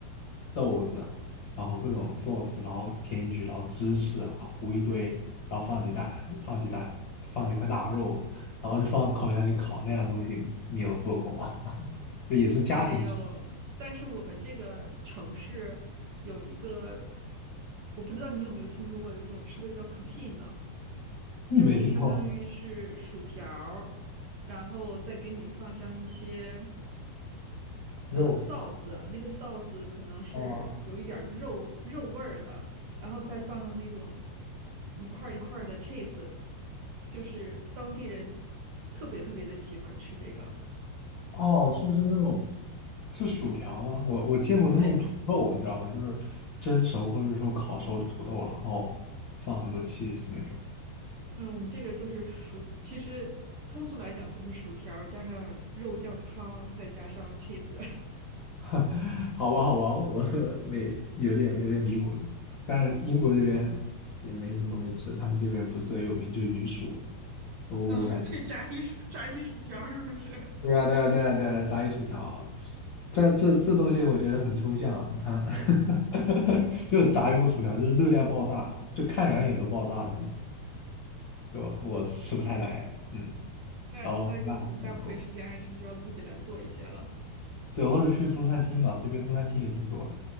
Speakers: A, on the left; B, on the right.
A: 豆子啊然后各种 sauce，然后填进去，然后芝士啊糊一堆，然后放几大放几大放几块大肉，然后就放烤箱里烤那样的东西，你有做过吗？<laughs> 就也是家庭，
B: 没有，但是我们这个城市有一个，我不知道你有没有听说过，有一种吃的叫 poutine
A: 没听过
B: 就是相当于是薯条儿然后再给你放上一些
A: 肉
B: 呃 sauce，那个 sauce 可能是有一点儿肉肉味儿的，
A: 哦。
B: 然后再放上那种一块儿一块儿的 cheese，就是当地人特别特别的喜欢吃这个，
A: 哦，是不是那种是薯条吗？我我见过那种土豆，
B: 对。
A: 你知道吗？就是蒸熟或者说烤熟的土豆，然后放很多 cheese 那种。
B: 嗯，我们这个就是薯，其实通俗来讲就是薯条儿加上肉酱汤，再加上 cheese，
A: <laughs> 好吧，好吧，我 <laughs> 没有点有点离谱了但是英国这边也没什么东西吃，他们这边不是最有名就鱼薯。我我感觉
B: 嗯 <laughs>，对，炸一薯炸一薯条儿是不是？
A: 对啊，对啊，对啊，对啊，炸鱼薯条，这这这东西我觉得很抽象，它 <laughs> 就是炸鱼和薯条，就是热量爆炸，就看两眼都爆炸那种。就我吃不太来，嗯，
B: <laughs> 那那就是大部分时间还是需要自己来做一些了，
A: 然后没办法自己做，对，或者去中餐厅嘛，这边中餐厅也挺多的，